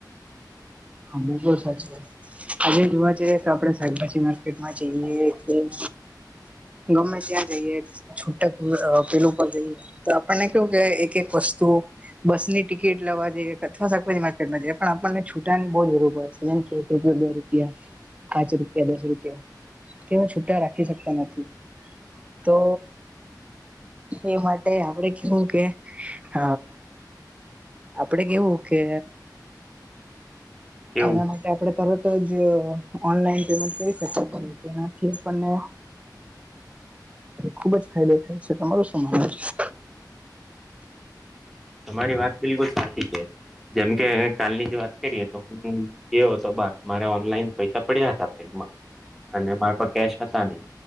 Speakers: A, on the right; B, in the centre.
A: હા બૂગલ સાચ કર આજે જોવા જઈએ તો આપડણે શાકભાજી માર્કેટમાં જઈએ ગમે ત્યાં જઈએ છૂટા પેલું પર જઈએ તો આપણને કેવું કે એક એક વસ્તુ બસ ની ટિકિટ લેવા જઈએ અથવા શાકભાજી માર્કેટમાંઈએ પણ આપણને છૂટાની બહુ જરૂર છે કે એક રૂપિયા દો રૂપિયા પાંચ રૂપિયા દસ રૂપિયા તેમે છૂટા રાખી શકતા નથી તો એ માટે આપડે કેવું કે હ આપડે કેવું કે
B: કેવું
A: એના માટે આપણે તરત જ ઓનલાઈન પેમેન્ટ કરી શકીએએ તેનાથી આપને ખુબ જ ફાયદો થાય છે તમાર શું માનવ છે
B: તમારી વાત બિલકુલ સાચી છે જેમકે કાલની જ વાત કરીએ તો હ ગયો તો બાર મારે ઓનલાઈન પૈસા પડ્યા હતા બેંકમાં અને મારા પર કેશ હતા નહી